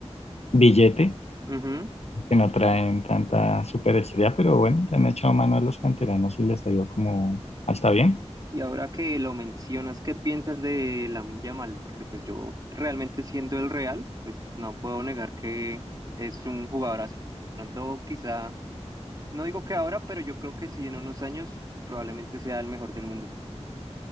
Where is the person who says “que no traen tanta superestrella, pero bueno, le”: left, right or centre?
Left